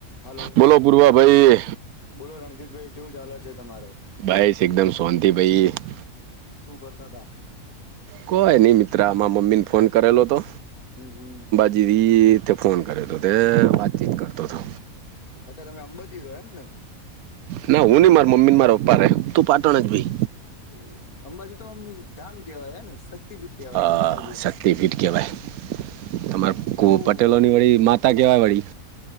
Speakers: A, on the left; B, on the right.
A: Hello
B: બોલો ગુરબ ભાઈ.
A: બોલો રણજીતભાઈ કેવું ચા છે, તમારો.
B: ભાઈશ એકદમ સોંત ભાઈ.
A: શું કરતા હતા આ.
B: કોઈ નહી મિત્રામાં મમ્મીને ફોન કરેલો હતો.
A: હમ હમ.
B: દીદી તે ફોન કર્યો હતો, તે વાતચીત કરતો હતો.
A: અચ્છા તમે અંબાજી રહો એમ ને
B: ના હું ન માર મમ્ી ને મારા પપ્પા રે. તું
A: હમ
B: પાટણ જ ભાઈ
A: બેવું એમ અંબાજુ તો આમ ધામ કેવાય ને. પીટ કેવાય
B: અ
A: ને માતાજીુ
B: શક્તિપીઠ કહેવાય
A: હા
B: તમારે કુ
A: બહ
B: પટેલોની
A: મોટું મંદિર
B: વળી માતા કહેવાય વળી